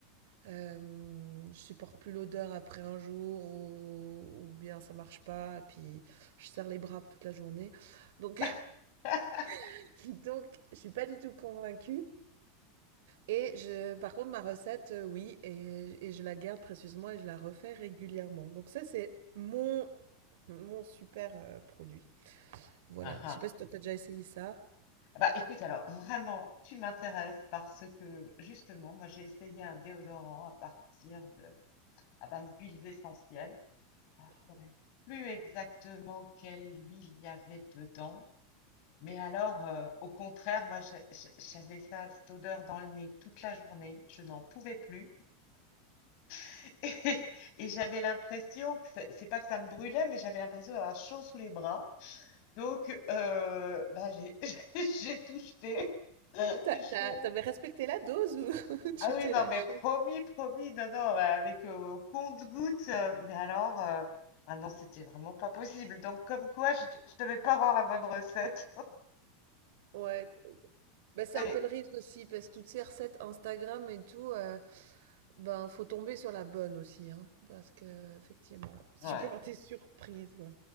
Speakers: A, on the right; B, on the left.
A: Euh, je supporte plus l'odeur après un jour ou, ou bien ça marche pas. Puis je serre les bras toute la journée. Donc,
B: <laughs>
A: <laughs> donc je suis pas du tout convaincue. Et je, par contre, ma recette, euh, oui, et, et je la garde précieusement et je la refais régulièrement. Donc ça, c'est mon, mon super euh, produit. Voilà.
B: Ah, ah.
A: Je sais pas si toi, t'as déjà essayé ça.
B: Bah écoute, alors vraiment, tu m'intéresses parce que justement, moi j'ai essayé un déodorant à partir de à base d'huiles essentielles. Alors, je saurais plus exactement quelle huile il y avait dedans. Mais alors, heu, au contraire, moi, je je j'avais ça cette odeur dans le nez toute la journée, je n'en pouvais plus <laughs> et et j'avais l'impression que c'est c'est pas que ça me brûlait, mais j'avais l'impression d'avoir chaud sous les bras. Donc heu, bah, j'ai <laughs> j'ai tout jeté <laughs>
A: T'as-
B: et je suis
A: t'as-
B: euh,
A: T'avais respecté la dose ou <laughs> tu
B: ah oui,
A: t'es
B: non,
A: lâché?
B: mais promis, promis, non, non, mais avec, heu, au compte-gouttes, heu, mais alors, heu, ah non, c'était vraiment pas possible. Donc comme quoi je je devais pas avoir la bonne recette
A: Ouais, bah, c'est
B: et
A: un peu le risque aussi, parce que toutes ces recettes Instagram et tout, euh, ben faut tomber sur la bonne aussi, hein, parce que effectivement.
B: ouais.
A: Tu peux avoir des surprises. quoi.